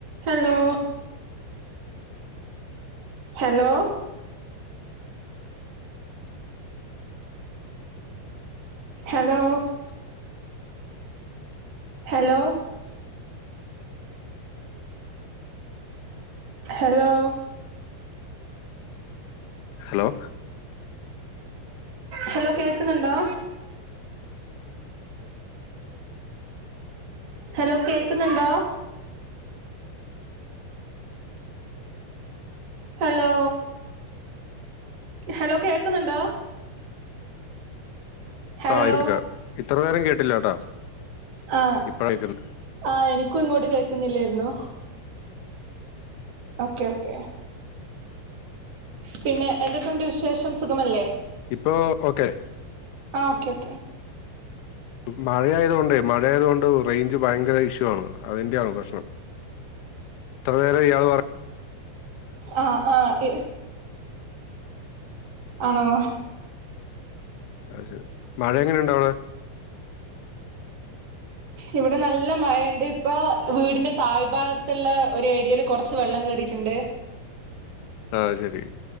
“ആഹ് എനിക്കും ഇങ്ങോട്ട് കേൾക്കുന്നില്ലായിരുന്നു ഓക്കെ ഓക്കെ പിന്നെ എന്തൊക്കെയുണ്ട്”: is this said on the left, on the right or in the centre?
Right